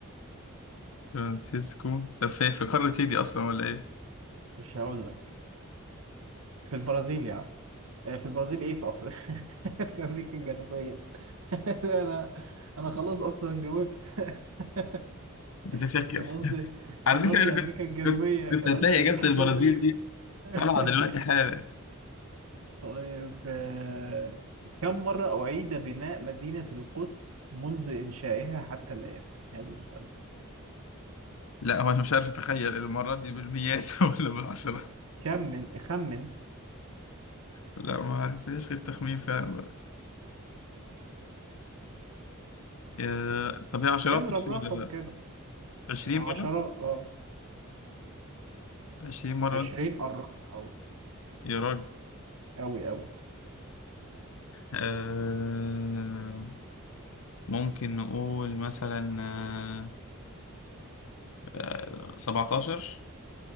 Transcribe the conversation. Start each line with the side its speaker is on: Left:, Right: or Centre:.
Left: فرانسيسكو طب فين في قارة إيه دي أصلا ولا إيه؟
Right: مش هقول لك في البرازيل يا عم آه، في البرازيل ايه في افريقيا <laughs> في امريكا الجنوبية <laughs> انا انا خلاص اصلا جاوبت <laughs>
Left: بتفكر
Right: كان قصدي
Left: <laughs> على
Right: كان
Left: فكرة
Right: قصدي
Left: أنا
Right: امريكا
Left: كنت
Right: الجنوبية
Left: كنت كنت
Right: كان
Left: هتلاقي
Right: قصدي امريكا
Left: إجابة البرازيل
Right: الجنوبية
Left: دي
Right: <laughs>
Left: طالعة دلوقتي حالا
Right: طيب آه، كم مرة أعيد بناء مدينة القدس منذ إنشائها حتى الآن؟ حلو السؤال ده
Left: لا هو أنا مش عارف أتخيل المرات دي بالمئات <laughs> ولا بالعشرة
Right: كم من خمن
Left: لا ما فيهاش غير تخمين فعلا آه، طب هي عشرات
Right: اضرب
Left: ال-
Right: رقم كده
Left: عشرين
Right: عشرات
Left: مرة
Right: اه
Left: عشرين مرة
Right: عشرين
Left: مثلا
Right: قربت أوي
Left: يا راجل
Right: أوي أوي
Left: آه، ممكن نقول مثلا آه، آه، سبعتاشر